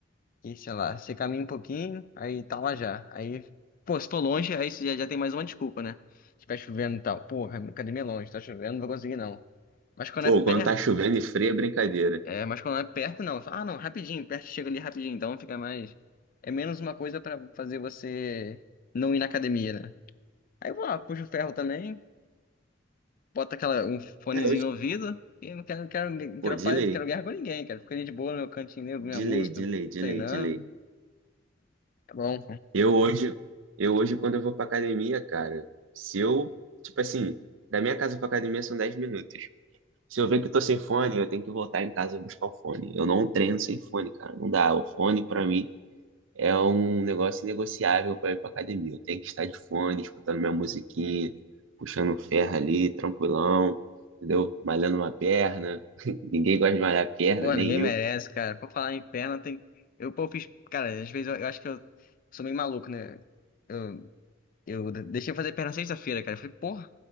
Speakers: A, on the left (about 45°); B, on the right (about 75°).
A: E sei lá, você caminha um pouquinho, aí tá lá já. Aí, pô, se tô longe, aí você já, já tem mais uma desculpa, né? Se tá chovendo e tal. Porra, a academia é longe, tá chovendo, não vou conseguir não. Mas quando
B: Pô,
A: é perto,
B: quando tá chovendo e frio é brincadeira.
A: é, mas quando é perto não. Fala, Ah, não, rapidinho, perto chega ali rapidinho, então fica mais. É menos uma coisa pra fazer você não ir na academia, né? Aí eu vou lá, puxo o ferro também, bota aquela, um fonezinho
B: É, hoje,
A: no ouvido, e não quero, não quero, não
B: pô,
A: quero,
B: de
A: pa-
B: lei,
A: não quero guerra com ninguém, cara. Fico ali de boa no meu cantinho, ouvindo minha
B: de
A: música,
B: lei, de lei, de
A: treinando.
B: lei, de lei.
A: É bom.
B: Eu hoje, eu hoje quando eu vou pra academia, cara, se eu, tipo assim, da minha casa pra academia são 10 minutos. Se eu ver que eu tô sem fone, eu tenho que voltar em casa buscar o fone. Eu não treino sem fone, cara, não dá. O fone pra mim é um negócio negociável para ir para academia. Eu tenho que estar de fone, escutando minha musiquinha, puxando um ferro ali, tranquilão, entendeu? Malhando uma perna. <laughs> Ninguém gosta de malhar a perna,
A: Pô,
B: nem
A: ninguém merece,
B: eu.
A: cara. Pra falar em perna, tem. Eu, pô, fiz. Cara, às vezes eu, eu acho que eu sou meio maluco, né? Eu, eu deixei fazer perna sexta-feira, cara. Eu falei, porra,